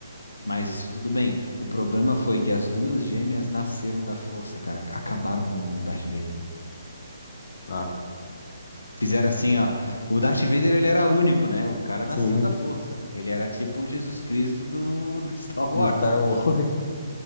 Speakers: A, on the left; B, on the left.
A: Mas isso tudo bem. O problema foi que as duas gêmeas nasceram da força, cara. Acabaram com o Darth Vader.
B: Ah,
A: Fizeram assim, ó. O Darth Vader, ele era único, né? O cara nasceu
B: sim.
A: da força. Ele era tipo o Jesus Cristo do, do <laughs> Star Wars.
B: Do Star Wars